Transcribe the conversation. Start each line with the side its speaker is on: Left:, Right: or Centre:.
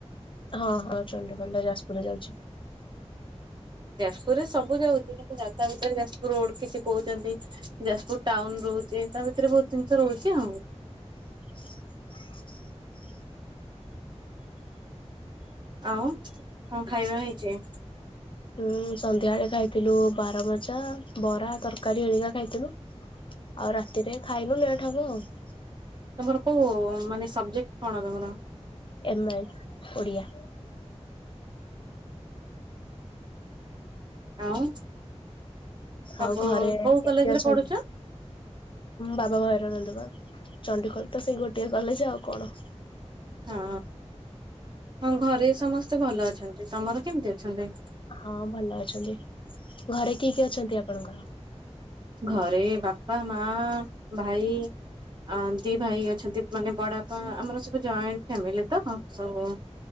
Left: ହଁ ହଁ ଚଣ୍ଡୀଖୋଲ ଟା ଯାଜପୁରରେ ଯାଉଚି।
Right: ଯାଜପୁର ରେ ସବୁ ଯାଉଛି କିନ୍ତୁ ଯା୍ରତା ଭିତରେ ଯାଜପୁର ରୋଡ କିଛି କହୁଛନ୍ତି। ଯାଜପୁର ଟାଉନ ରହୁଛି ତା ଭିତରେ ବହୁତ ଜିନିଷ ରହୁଛି ଆଉ।
Left: <inaudible>
Right: ଆଉ କଁ ଖାଇବା ହେଇଛି?
Left: ଉଁ ସନ୍ଧ୍ୟାବେଳେ ଖାଇଥିଲୁ ବାରମଜା ବରା ତରକାରୀ ହରିକା ଖାଇଥିଲୁ। ଆଉ ରାତିରେ ଖାଇନୁ ଲେଟ୍ ହବ ଆଉ।
Right: ତମର କୋଉ ମାନେ ସବଜେକ୍ଟ କଣ ତମର?
Left: ଏମଏଲ ଓଡ଼ିଆ।
Right: ଆଉ। ସବୁ
Left: ଆଉ ଘରେ
Right: କୋଉ
Left: କେମିତି
Right: କଲେଜ୍
Left: ଅଛନ୍ତି?
Right: ରେ ପଢୁଛ?
Left: ବାବା ଭଇରାଣନ୍ଦ ପା ଚଣ୍ଡିଖୋଲ ତ ସେଇ ଗୋଟିଏ କଲେଜ୍ ଆଉ କଣ।
Right: ହଁ ହଁ ଘରେ ସମସ୍ତେ ଭଲ ଅଛନ୍ତି ତମର କେମିତି ଅଛନ୍ତି?
Left: ହଁ ଭଲ ଅଛନ୍ତି ଘରେ କିଏ କିଏ ଅଛନ୍ତି ଆପଣଙ୍କର?
Right: ଘରେ ବାପା ମା ଭାଇ ଅ ଦି ଭାଇ ଅଛନ୍ତି ମାନେ ବଡ ବାପା ଆମର ସବୁ ଜଏଣ୍ଟ ଫ୍ୟାମିଲି ତ ସବୁ